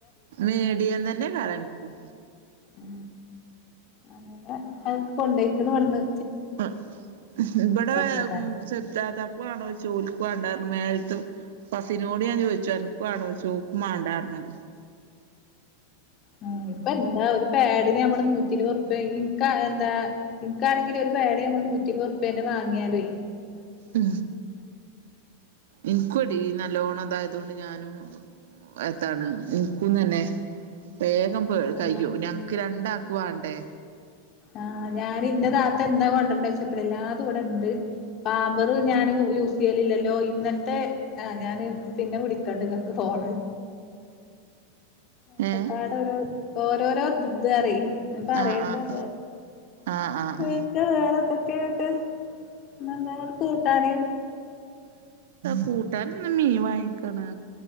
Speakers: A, on the right; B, on the left.
A: മീഡിയ തന്നെ കാരൻ ഉം
B: ഉ അങ്ങെ അല്പ്പുണ്ട് എ വവിന്ന്
A: ആ ഇവിടെ
B: താത്താന്
A: താതാക്കുവണോ ഓയ്ച്ച് ഓല്ക്ക് വണ്ടനർഞ്ഞു പസിനോട് ഞാൻ ചോദിച്ചു അൻക്ക്വാണോയ്ച്ചു ഓല്ക്ക് മണ്ടാർഞ്ഞ്
B: ആ ഇപ്പൊ എന്താ ഒരു- പാടിന് നമ്മള് നൂറ്റിരുപത് ഉർപ്യ ഇൻക്ക് എന്താ നിനക്ക്ണെങ്കിൽ ഒരു പേട നമ്മള് നൂറ്റി ഇരുപത്ഉർപ്യാന്റെ വാങ്ങിയാല
A: ഉ ഇൻക്ക്എടി നല്ലോണം അതായതൊണ്ട് ഞാനും എത്താണ് എനിക്കും തന്നെ പേ
B: ആഹ്
A: കയ്യോ ഞങ്ങക്ക് രണ്ടാക്ക് വണ്ടേ
B: ആഹ ഞാൻ ഇന്റെ താത്ത എന്താ കൊണ്ടരണ്ട വെച്ചപ്പള എല്ലാതും ഇവിടെ ഇണ്ട് പാബറ് ഞാൻ യൂസ് ചെയ്യലില്ലല്ലോ ഇന്നലത്തെ ആ ഞാന് പിന്നെ വിളിക്കണ്ട് ഇങ്ങക്ക് ഫോണ് ഒക്കെപ്പാട
A: ഏ
B: ഒരു ഓരോരോ ഇത് അറിയേ പറയണ്ട
A: ആഹ് ആഹ്
B: അത
A: ആഹ് ആഹ്
B: വച്ച വ ക്കെ എന്നന്തവിടെ കൂട്ടാന്
A: കൂട്ടൻ മീ വാങ്ങിക്കണ്